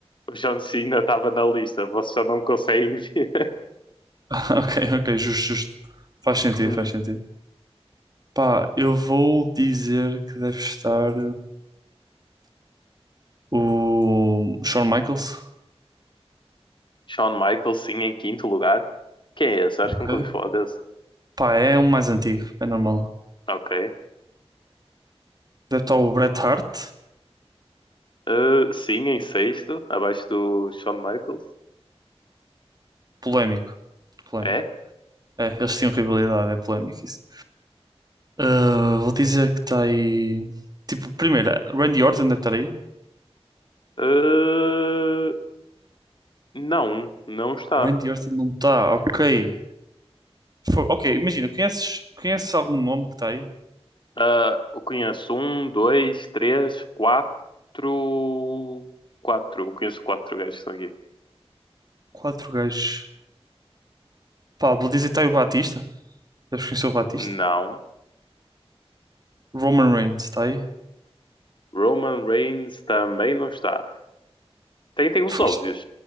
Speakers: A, on the left; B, on the right.
A: o John Cena estava na lista, vocês só não conseguem <laughs> ver.
B: <laughs> Ok, ok, justo, justo. Faz sentido,
A: Hum.
B: faz sentido. Pá, eu vou dizer que deve estar o Shawn Michaels.
A: Shawn Michaels, sim, em quinto lugar. Quem é esse? Acho
B: Ok.
A: que nunca ouvi falar desse.
B: Pá, é um mais antigo, é normal.
A: Ok.
B: Deve estar o Bret Hart.
A: Uh, sim, em sexto, abaixo do Shawn Michaels.
B: Polémico. Polémico.
A: É?
B: É, eles tinham rivalidade, é polémico isso. Ah, vou dizer que está aí. Tipo, primeiro, Randy Orton deve estar aí.
A: Uh, não, não está.
B: Randy Orton não está, ok. Fo- Ok, imagina, conheces, conheces algum nome que está aí?
A: Uh, eu conheço um, dois, três, quatro. Quatro. Eu conheço quatro gajos que estão aqui.
B: Quatro gajos. Pá, vou dizer que tá aí o Batista. Deves conhecer o Batista?
A: Não.
B: Roman Reigns, está aí.
A: Roman Reigns também não está. Tem, tem os
B: Foi-
A: óbvios.